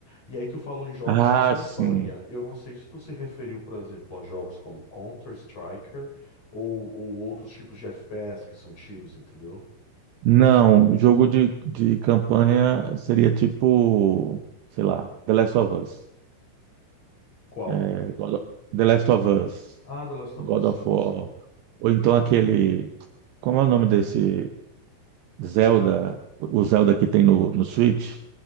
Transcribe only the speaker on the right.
Ah,
sim.
Não, jogo de, de campanha seria tipo, sei lá, The Last of Us.
É, God of- The Last of Us.
God
of
War,
ou então aquele,
como é o nome desse Zelda, o Zelda que tem no, no Switch?